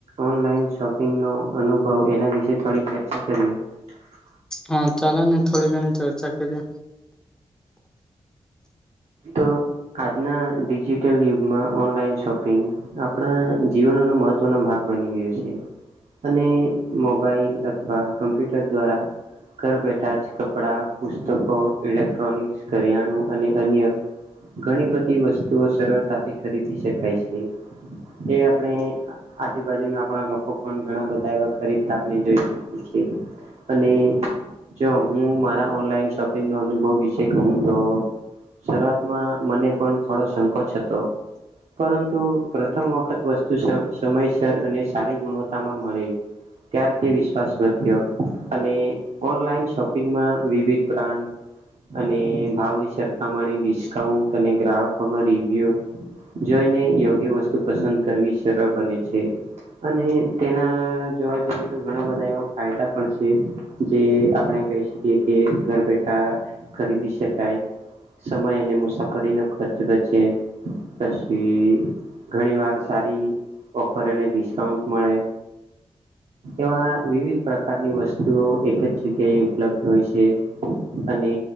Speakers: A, on the right (about 70°); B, in the centre.
A: ઓનલાઈન શોપિંગનો અનુભવ એના વિશે થોડી ચર્ચા કરીએ. હ <unintelligible>
B: હા ચાલો ને થોડી ઘણી ચર્ચા કરીએ
A: તો આજના ડિજિટલ યુગમાં ઓનલાઈન શોપિંગ આપણા જીવન નો મહત્વનો ભાગ બની ગયો છે. અને મોબાઈલ અથવા કમ્પ્યુટર દ્વારા ઘર બેઠા જ કપડાં પુસ્તકો ઇલેક્ટ્રોનિક્સ કરીયાણું અને અન્ય. હ <unintelligible> ઘણી બધી વસ્તુઓ સરળતાથી ખરીદી શકાય છે. એ આપણે આજુબાજુ ના આપણા લોકો પણ ઘણા બધા એવા ખરીદતા આપણે જોઈ શકીએ છીએ અને જો હું મારા ઓનલાઈન શોપિંગ ન અનુભવ વિશે કહું તો શરૂઆતમાં મને પણ થોડો સંકોચ હતો. પરંતુ પ્રથમ વખત વસ્તુ સમયસર અને સારી ગુણવત્તા માં મળી ત્યાર તે વિશ્વાસ વધ્યો અને ઓનલાઈન શોપિંગમાં વિવિધ બ્રાન્ડ અને ભાવની સરખામણી ડિસ્કાઉન્ટ અને ગ્રાહકોનો રિવ્યુ જોઈને યોગ્ય વસ્તુ પસંદ કરવી સરળ બને છે. અને તેના જોવા જઈએ તો ઘણા બધા એવા ફાયદા પણ છે. જે આપણે. કહી શકી કે ઘર બેઠા ખરીદી શકાય સમય અને મુસાફરીનો ઓ ખર્ચ બચે પછી ઘણી વાર સારી ઓફર અને ડિસ્કાઉન્ટ મળે એવા વિવિધ પ્રકારની વસ્તુઓ એક જ જગ્યાએ ઉપલબ્ધ હોય છે. અને